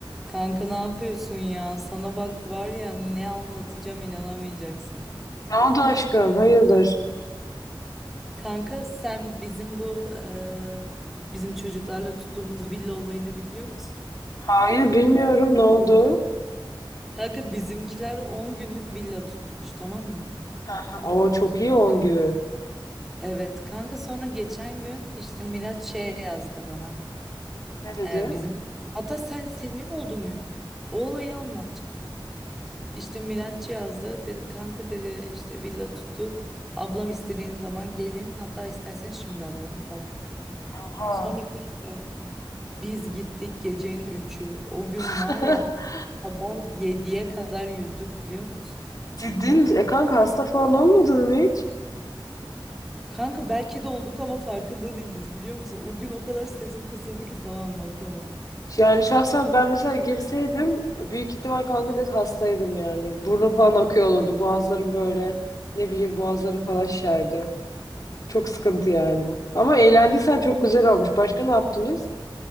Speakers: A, in the centre; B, on the left.
A: Kanka ne yapıyorsun ya? Sana bak var ya ne anlatacağım inanamayacaksın.
B: Ne oldu aşkım? Hayırdır?
A: Kanka sen bizim bu eee, bizim çocuklarla tuttuğumuz villa olayını biliyor musun?
B: Hayır bilmiyorum ne oldu?
A: Kanka bizimkiler 10 günlük villa tutmuş tamam mı?
B: Aha, o çok iyi 10 gün.
A: Evet kanka sonra geçen gün işte Miraç şey yazdı bana.
B: Ne dedi?
A: Eee, bizim hatta sen senin olduğun gün o olayı anlatacağım. İşte Miraç yazdı. Dedi kanka dedi işte villa tuttuk. Ablam istediğin zaman gelin. Hatta isterseniz şimdi alalım falan.
B: Aha.
A: Sonra kanka biz gittik gecenin üçü O gün
B: <laughs>
A: var ya sabah yediye kadar yüzdük biliyor musun?
B: Ciddi misin? E kanka hasta falan olmadın mı hiç?
A: Kanka belki de olduk ama farkında değiliz biliyor musun? O gün o kadar sesim kısıldı ki sana anlatamam.
B: Yani şahsen ben mesela girseydim büyük ihtimal kanka net hastaydım yani. Burnum falan akıyor olurdu. Boğazlarım böyle ne bileyim boğazları falan şişerdi. Çok sıkıntı yani. Ama eğlendiysen çok güzel olmuş. Başka ne yaptınız?